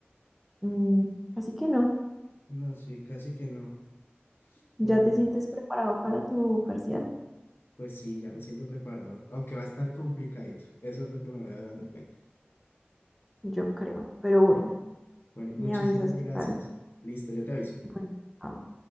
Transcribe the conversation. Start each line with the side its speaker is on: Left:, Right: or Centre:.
Centre: Mm, así que no,
Left: No, sí, casi que no.
Centre: ¿Ya
Left: Bueno,
Centre: te sientes preparado para tu parcial?
Left: pues sí, ya me siento preparado, aunque va a estar complicadito. Eso es lo que me voy dando cuenta.
Centre: Yo creo, pero bueno,
Left: Bueno, muchísimas
Centre: me avisas
Left: gracias.
Centre: qué tal.
Left: Listo, yo te aviso.
Centre: Bueno, chao.